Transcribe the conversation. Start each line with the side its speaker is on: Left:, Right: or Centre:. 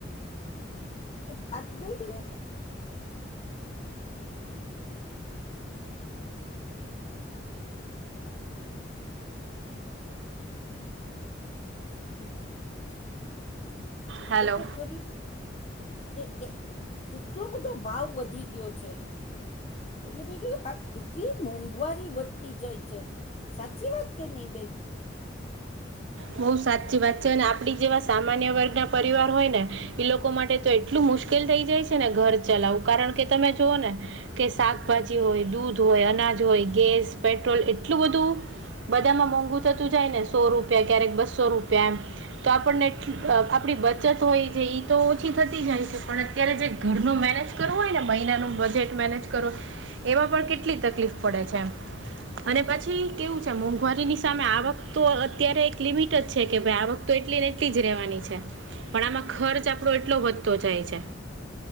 Left: ભારત ગઈને
Right: હેલો
Left: જો તો ખરી કે કેટલો બધો ભાવ વધી ગયો છે એટલે ભી કું આ કેટલી મોંઘવારી વધતી જાય છે સાચી વાત કે નહીં બેન
Right: બહુ સાચી વાત છે અને આપડી જેવા સામાન્ય વર્ગ ના પરિવાર હોય ને એઈ લોકો માટે તો એટલું મુશ્કેલ થઈ જાય છે ને ઘર ચલાવવું કારણ કે તમે જુઓ ને કે શાકભાજી હોય દૂધ હોય અનાજ હોય ગેસ પેટ્રોલ એટલું બધું બધામાં મોંઘું થતું જાય ને સો રૂપ ક્યારેક બસો રૂપિયા એમ તો આપણને આપડી બચત હોય છે તો ઓછી થતી જાય છે પણ અત્યારે જે ઘરનું મેનેજ કરવું હોય ને મહિનાનું બજેટ મેનેજ કરવુંય એમાં પણ કેટલી તકલીફ પડે છે અને પછી કેવું છે મોંઘવારીની સામે આવક તો અત્યારે એક લિમિટ જ છે કે ભાઈ આવક તો એટલી ને એટલી જ રહેવાની છે પણ આમાં ખર્ચ આપણો એટલો વધતો જાય છે